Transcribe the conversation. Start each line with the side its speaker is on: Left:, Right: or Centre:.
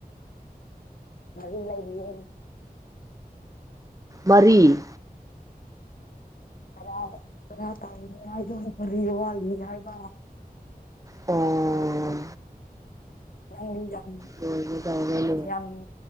Left: ꯃꯔꯤ ꯂꯩꯔꯤꯌꯦ
Right: ꯃꯔꯤ
Left: ꯇꯔꯥ ꯇꯔꯥ ꯇꯧꯅꯤ ꯍꯥꯏꯕ ꯃꯔꯤ ꯋꯥꯠꯅꯤ ꯍꯥꯏꯕ
Right: ꯑꯣ
Left: ꯅꯪꯗꯤ ꯌꯥꯝ
Right: ꯂꯣꯏꯒꯗꯧꯔꯦꯅꯦ
Left: ꯌꯥꯝ